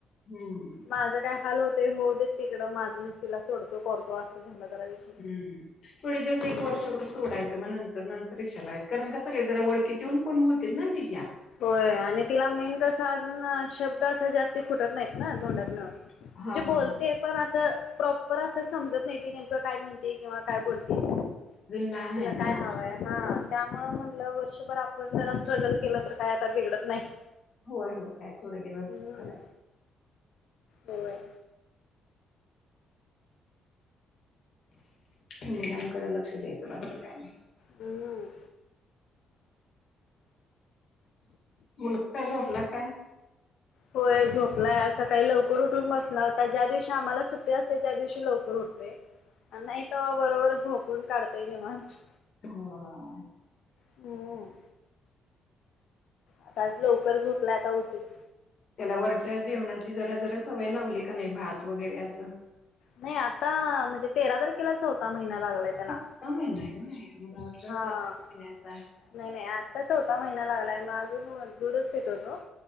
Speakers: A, on the left; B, on the left.
A: हं,
B: माझ काय हाल होत ते होऊदे तिकडं. माझं मीच तिला सोडतो करतो असं झालं. जरा विषय
A: हम्म थोडे दिवस
B: हम्म.
A: एक वर्षभर सोडायचं मग नंतर नंतर कारण कसं का जरा वळखीच्या पण होत्यात ना तिज्या.
B: होय आणि तिला मेन कस अजून शब्द असा जास्ती फुटत नाहीत ना दोंडातन. म्हणजे
A: हां, हां.
B: बोलते पण असं तर प्रॉपर असं समजत नाही ती नेमकं काय म्हणते किंवा काय बोलते ती ते.
A: अजून लहान
B: तिला
A: आहे ना.
B: काय हवंय हा. त्यामु म्हणलं वर्षभर आपण जरा स्ट्रगल केलं तर काय आता बिघडत नाही.
A: होय, होय. काय थोडे दिवस
B: हम्म
A: कराय
B: होय.
A: मुलांकडे लक्ष द्यायचं बाकी काय नाही.
B: हम्म.
A: मुलगा काय झोपला का काय?
B: होय झोपलाय सकाळी लवकर उठून बसला होता. ज्या दिवशी आम्हाला सुट्टी असते त्या दिवशी लवकर उठतोय. आणि नाही तवा बरोबर झोपून काढतोय निवांत.
A: ह.
B: हम्म. आता आज लवकर झोपलाय आता उठील.
A: त्याला वरच्या जेवणाची जरा जरा सवय लावली का नाही भात वगैरे असं?
B: नाही आता, म्हणजे तेरा तारखेला चौथा महिना लागलाय. त्याला
A: चौथा महिना आहे व्हय, मला वाटलं
B: हा.
A: सात आठ महिन्याच आहे की काय.
B: नाही नाही आत्ता चौथा महिना लागलाय म अजून दूधच पितो तो.